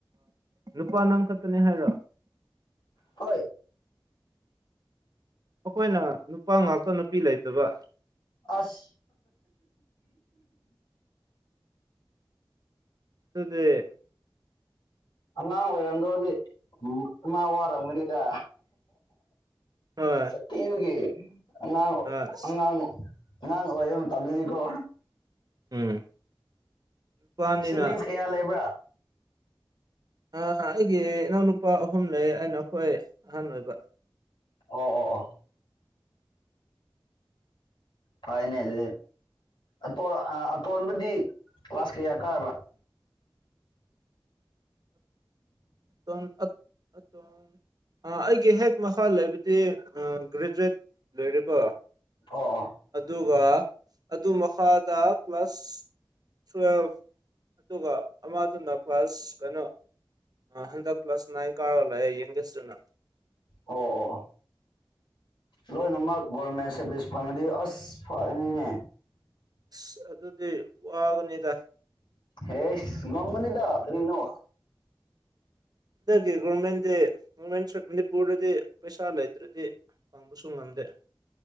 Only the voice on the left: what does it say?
ꯍꯣꯏ
ꯑꯁ
ꯑꯉꯥꯡ ꯑꯣꯏꯔꯝꯗꯧꯗꯤ ꯏꯃꯥ ꯋꯥꯔꯝꯒꯅꯤꯗ
ꯁꯇ ꯌꯒꯤꯦ ꯑꯉꯥꯡ
ꯑꯉꯥꯡ ꯑꯉꯥꯡ ꯑꯣꯏꯕ ꯃꯇꯝꯗꯗꯤꯀꯣ
ꯁꯤꯕ꯭ꯂꯤꯡꯁ ꯀꯌꯥ ꯂꯩꯕ꯭ꯔꯥ
ꯑꯣ ꯑꯣ ꯑꯣ ꯐꯥꯏꯅꯦꯜ ꯇ ꯑꯇꯣꯟꯕꯗꯤ ꯀ꯭ꯂꯥꯁ ꯀꯌꯥ ꯀꯥꯔꯕ꯭ꯔꯥ <inaudible>
ꯑꯣ ꯑ
ꯑꯣ ꯑꯣ ꯑꯣ ꯂꯣꯏꯅꯃꯛ ꯒꯣꯔꯃꯦꯟ ꯁꯥꯔꯚꯤꯁ ꯐꯪꯉꯗꯤ ꯑꯁ ꯐꯔꯅꯤꯅꯦ
ꯑꯦꯁ ꯉꯒꯅꯤꯗ ꯀꯔꯤꯅꯣ